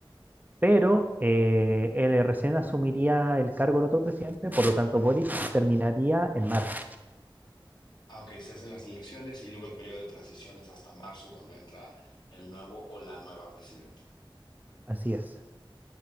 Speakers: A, on the right; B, on the left.
A: pero eh, él recién asumiría el cargo el otro presidente, por lo tanto Boric terminaría en marzo.
B: Ah, ok, se hacen las elecciones y luego el periodo de transición es hasta marzo cuando entra el nuevo o la nueva presidenta.
A: Así es.